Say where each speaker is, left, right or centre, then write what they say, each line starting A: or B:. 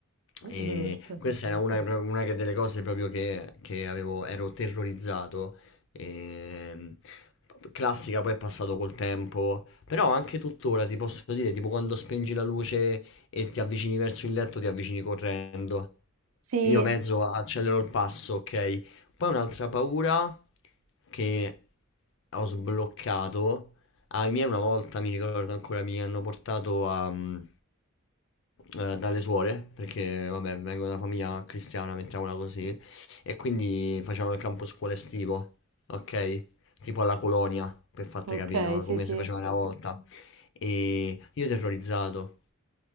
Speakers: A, on the right; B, on the left.
A: brutto.
B: E questa era una, una che- delle cose proprio che, che avevo, ero terrorizzato. Ehm, classica, poi è passato col tempo. Però anche tuttora ti posso dire, tipo quando spengi la luce e ti avvicini verso il letto, ti avvicini correndo.
A: Sì,
B: Io mezzo accelero il passo, ok? Poi un'altra paura che ho sbloccato ai miei una volta, mi ricordo ancora, mi hanno portato a, mm, eh, dalle suore, perché vabbè, vengo da una famiglia cristiana, mettiamola così, e quindi facevano il campo scuola estivo, ok? Tipo alla colonia, per farti
A: ok,
B: capire, no?
A: sì,
B: Come
A: sì.
B: si faceva una volta. E io terrorizzato,